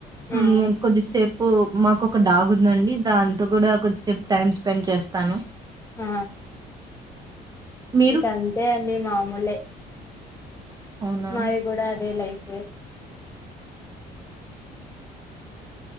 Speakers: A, on the right (about 25°); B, on the left (about 15°).
A: హ్మ్
B: ఆ
A: కొద్దిసేపు మాకొక డాగ్ ఉందండి దాంతో గుడా కొద్దిసేపు టైమ్ స్పెండ్ చేస్తాను
B: ఆ
A: మీరు?
B: ఇంకా అంతే అం తే మామూలే
A: అవునా!
B: మాది గూడా అదే లైఫ్ ఏ